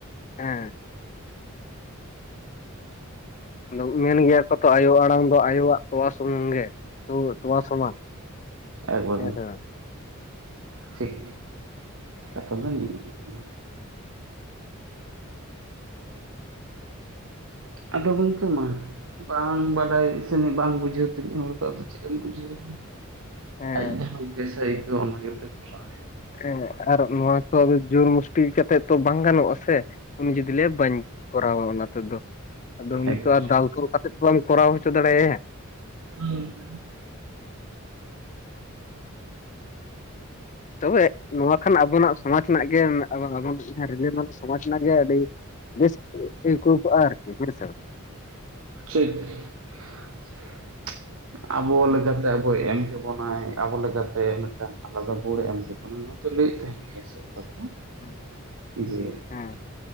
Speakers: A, on the left; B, on the right.
A: ᱦᱮᱸ᱾ ᱟᱫᱚ ᱢᱮᱱ ᱜᱮᱭᱟ ᱠᱚ ᱛᱚ ᱟᱭᱳ ᱟᱲᱟᱝ ᱫᱚ ᱟᱭᱳᱣᱟᱜ ᱛᱚᱣᱟ ᱥᱩᱢᱩᱝ ᱜᱮ ᱛᱚ ᱛᱚᱣᱟ ᱥᱚᱢᱟᱱ᱾
B: ᱮᱠᱵᱟᱨᱮ
A: ᱦᱮᱸ
B: ᱾
A: ᱥᱮ ᱵᱟᱝ
B: ᱴᱷᱤᱠ ᱠᱟᱛᱷᱟ ᱫᱚ ᱱᱤᱭᱟᱹ ᱠᱟᱱᱟ ᱾ ᱟᱫᱚ ᱜᱚᱝᱠᱮ ᱢᱟ ᱵᱟᱝ ᱵᱟᱰᱟᱭ ᱥᱮᱱᱤᱡ ᱵᱟᱝ ᱵᱩᱡᱷᱟᱹᱣ ᱛᱤᱱᱟᱹᱜ ᱦᱚᱲ ᱫᱚ ᱟᱫᱚ ᱪᱮᱫ ᱮᱢ ᱵᱩᱡᱷᱟᱹᱣ ᱮᱭᱟ ᱾
A: ᱦᱮᱸ
B: ᱟᱡ ᱡᱟᱦᱟᱸ ᱵᱮᱥ ᱮ ᱟᱹᱭᱠᱟᱹᱜᱣᱼᱟ ᱚᱱᱟ ᱜᱮᱛ ᱠᱚᱨᱟᱣᱟᱭ
A: ᱦᱮᱸ ᱟᱨ ᱱᱚᱣᱟ ᱠᱚ ᱡᱳᱨ ᱢᱩᱥᱴᱤ ᱠᱟᱛᱮᱜ ᱛᱚ ᱵᱟᱝ ᱜᱟᱱᱚᱜᱼᱟ ᱥᱮ ᱩᱱᱤ ᱡᱩᱫᱤ ᱞᱮᱭ ᱵᱟᱹᱧ ᱠᱚᱨᱟᱣᱟ ᱚᱱᱟ ᱛᱚ ᱟᱫᱚ ᱱᱤᱛᱚᱜ
B: ᱮᱠᱵᱟᱨᱮ
A: ᱫᱟᱞ ᱛᱚᱞ ᱠᱟᱛᱮᱫ ᱵᱟᱢ ᱠᱚᱨᱟᱣ ᱦᱚᱪᱚ ᱫᱟᱲᱮᱭᱟᱭᱟ ᱾
B: ᱦᱩᱸ᱾
A: ᱛᱚᱵᱮ ᱱᱚᱣᱟ ᱠᱷᱟᱱ ᱟᱵᱚᱱᱟᱜ ᱥᱚᱢᱟᱡ ᱨᱮᱱᱟᱜ ᱜᱮ ᱟᱞᱟᱫᱟ ᱵᱚᱱ ᱨᱤᱞᱟ ᱢᱟᱞᱟ ᱥᱚᱢᱟᱡᱽ ᱨᱮᱱᱟᱜ ᱜᱮ ᱟᱹᱰᱤ ᱵᱮᱥ ᱟᱹᱭᱠᱟᱣ ᱠᱚᱼᱟ ᱟᱨᱠᱤ ᱦᱮᱸ ᱥᱮ ᱵᱟᱝ
B: ᱴᱷᱤᱠ ᱾ <inaudible> ᱟᱵᱚ ᱞᱮᱠᱟᱛᱮ ᱟᱵᱚᱭ ᱮᱢ ᱠᱮᱵᱚᱱᱟᱭ ᱟᱵᱚ ᱞᱮᱠᱟᱛᱮ ᱢᱤᱫᱴᱟᱝ ᱟᱞᱟᱫᱟ ᱵᱳᱲ ᱮᱢ ᱡᱚᱠᱷᱚᱱ ᱦᱚᱸ ᱱᱚᱣᱟ ᱫᱚ ᱞᱟᱹᱭᱮᱫ ᱛᱟᱦᱮᱸ ᱜᱮᱭᱟ ᱥᱚᱨᱠᱟᱨ ᱫᱚ
A: <inaudible>
B: ᱡᱮ
A: ᱦᱮᱸ